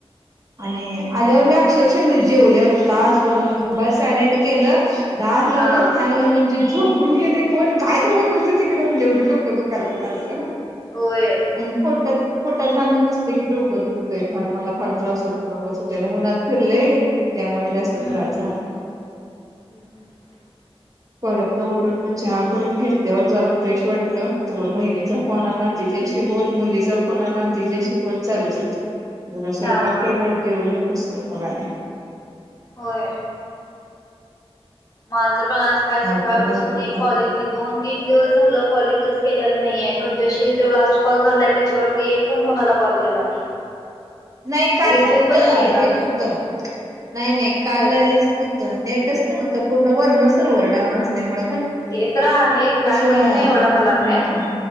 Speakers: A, on the right; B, on the left.
A: आणि आल्यावर मी अक्षरशा कणी जेवल्यावर तासभर मोबाईल सायलेंट केलं दार लावल
B: हा
A: फॅन लावलं जी झोपून गेले कोण कायतरी वरडूदे तीक एवढं डोकं दुकालत माझं.
B: होय
A: आणि पोटात पोटात अन्न नसल की डोकं दुखतंय फार मला फार त्रास होतय नकोच होतय आणि उन्हात फिरले. त्यामुळे जास्त
B: हम्म
A: त्रास झाला.
B: हम्म
A: परत ना उठून म चहा करून घेतल्यावर जरा फ्रेश वाटलं. तवर बहिणीचा फोला तीजशी बोल मुलीचा फोण आला तिजाशि बोल चालूच होत. जरा स्वयंपाक
B: हा हा
A: केला जेवलं. बसलो मग आणि
B: होय. माझं पण आज काय सकाळपसून
A: धावपळ धावपळ
B: एक
A: फारच
B: कॉलिंग मी दोन तीन दिवस झाल कॉलिंगच केल्याल न्हयाय तुमच्याशी जो लास्ट कॉल झालाय त्याच्यावरती एक पण कोणाला कॉल केला नाही.
A: नाही काल
B: रिसिव्ह
A: नव्हत
B: पण केला
A: हे नव्हत
B: नाही
A: नाही नाही काल
B: काय
A: हेच
B: ते
A: नव्हतं नेट. तेच नव्हतं पूर्ण वर्ण सर्वर डाऊन असल्यामुळ.
B: ते तर आहे काय माहित
A: हम्म
B: नाही एवढं मला काय